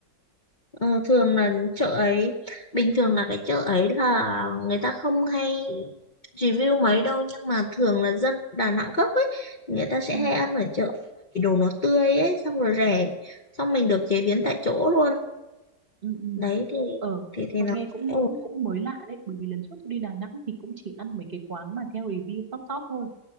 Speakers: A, on the left; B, on the right.
A: ờ, thường là chợ ấy, bình thường là cái chợ ấy là người ta không hay review mấy đâu nhưng mà thường là dân Đà Nẵng gốc ấy, người ta sẽ
B: ừ.
A: hay ăn ở chợ Vì đồ nó tươi ấy, xong rồi rẻ, xong mình được chế biến tại chỗ luôn.
B: ừ ừ
A: Đấy thì
B: ờ
A: thì thì
B: tôi
A: nó
B: nghe
A: sẽ
B: cũng
A: ổn.
B: cũng cũng mới lạ đấy bởi vì lần trước tôi đi Đà Nẵng thì cũng chỉ ăn mấy cái quán mà theo review top top thôi